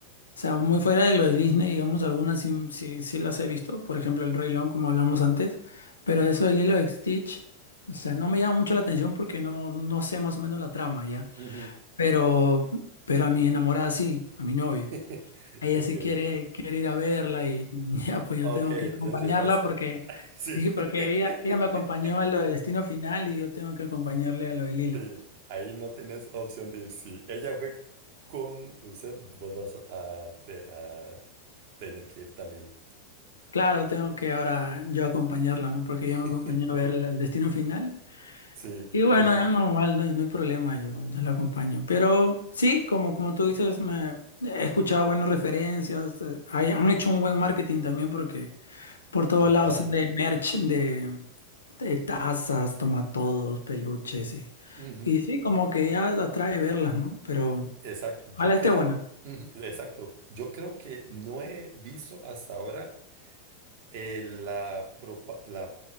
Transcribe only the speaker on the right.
ujú.
<laughs>
Ok,
ok,
entonces
ahí vas.
<laughs> Sí.
<laughs>
Sí, ahí no tenés opción de ir. Si ella fue con usted, vos vas a, te- a tener que ir también.
<laughs>
Sí,
sí, sí,
total.
Ujú,
e- Exacto, yo
creo,
exacto, yo creo que no he visto hasta ahora eh, la, propa- la